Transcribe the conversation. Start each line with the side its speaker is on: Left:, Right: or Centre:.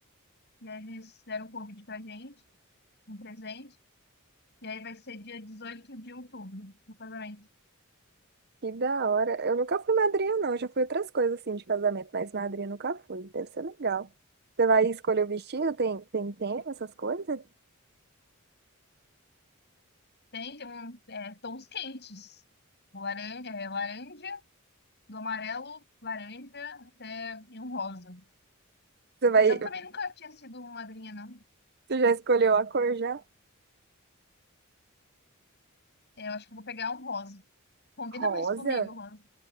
Left: e aí eles deram um convite pra gente, um presente. E aí vai ser dia 18 de outubro, o casamento.
Right: Que da hora. Eu nunca fui madrinha, não. Eu Já fui outras coisas assim de casamento, mas madrinha eu nunca fui. Deve ser legal. Você vai escolher o vestido? Tem, tem tema, essas coisas?
Left: Tem, tem um, é, tons quentes. O laran- é, laranja, do amarelo, laranja até e um rosa.
Right: Você vai,
Left: Mas eu também nunca tinha sido madrinha, não.
Right: você já escolheu a cor já?
Left: É, eu acho que eu vou pegar um rosa. Combina
Right: Rosa?
Left: mais comigo, rosa.